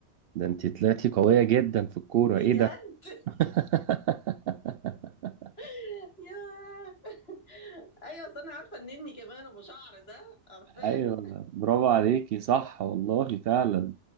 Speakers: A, on the right; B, on the left.
A: ده انت طلعتي قويه جدا في الكوره
B: بجد
A: ايه ده <laughs>
B: <laughs> ياه ايوه أصل انا عارفه النني كمان ابو شعر ده عارفاه
A: ايوه برافو عليكي صح والله فعلا